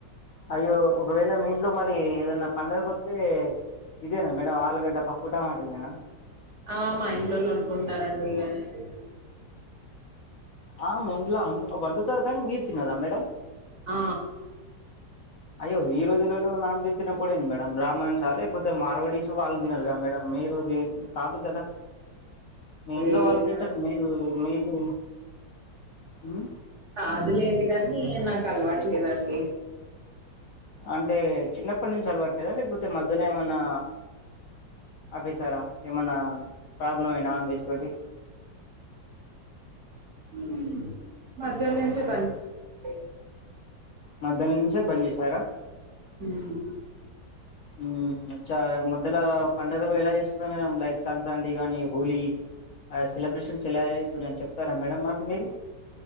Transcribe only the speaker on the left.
అయ్యో ఒకవేళ మీ ఇంట్లో మరి ఏదన్నా పండగకొస్తే ఇదేనా మేడం ఆలుగడ్డ, పప్పుటమాట ఏనా.
ఆ ఇంట్లా వండుతారు కానీ మీరు టీన్నారా మేడం
అయ్యో ఈ రోజులలో నాన్ వెజ్ తినకపోవడం ఏంటి మేడం బ్రాహ్మణం చాలే పోద్ధి మార్వ వాలజినల్గా మేడమ్ మీరు అది కాదు కదా. మీ ఇంట్లో
వాళ్ళు తింటారు మీరు మీకు. ఉమ్.
అంటే చిన్నప్పటి నుంచి అలవాట్లేద, లేకపోతే మధ్యలో ఏమన్నా ఆపేశారా ఏమన్నా. ప్రాబ్లమై నాన్ వెజ్ తోటి.
మధ్యల్నుంచే బంజేష్. సర
ఉమ్ చ మధ్యల పండుగలు ఎలా చేసుకున్నారు. మేడం లైక్ సంక్రాంతి కానీ, హోలీ సెలబ్రేషన్స్ ఎలా అయ్యాయి కొంచం చెప్తారా మేడం మాకు మీరు.